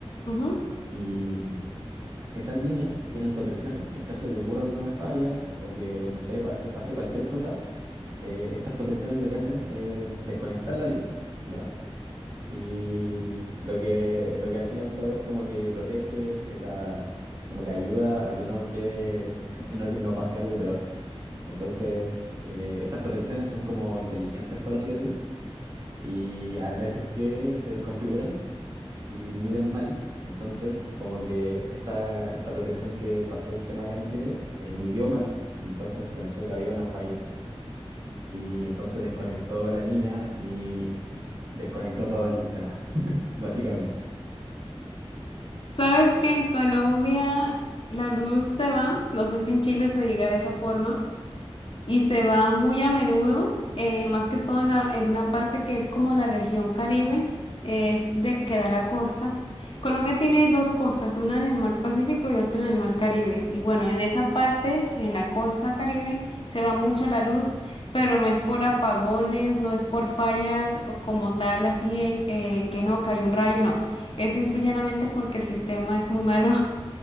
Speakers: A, on the left (about 55°); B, on the right (about 35°).
A: ujú.
B: Y esas líneas tienen protecciones. En caso de que ocurra alguna falla o que, no sé, pase, pase cualquier cosa, eh, estas protecciones lo que hacen es desconectar la línea, ¿ya? Y lo que, lo que al fin y al cabo es como que protege es- esa, como que ayuda a que no quede, <laughs> no, que no pase algo peor. Entonces, eh, estas protecciones son como inteligentes, por así decir, y a veces que se desconfiguran y miden mal. Entonces, como que esta, esta protección que pasó el tema acá en Chile, eh, midió mal y entonces pensó que había una falla. Y entonces desconectó la línea y desconectó todo el sistema, <laughs> básicamente.
A: ¿Sabes que en Colombia la luz se va? No sé si en Chile se diga de esa forma. y se va muy a menudo, eh, más que todo en, la- en una parte que es como la región Caribe, eh, es de que da la costa. Colombia tiene dos costas, una en el mar Pacífico y otra en el mar Caribe. Y bueno, en esa parte, en la costa Caribe, se va mucho la luz, pero no es por apagones, no es por fallas o como tal, así de que eh, que no cayó un rayo, no. Es simplemente porque el sistema es muy malo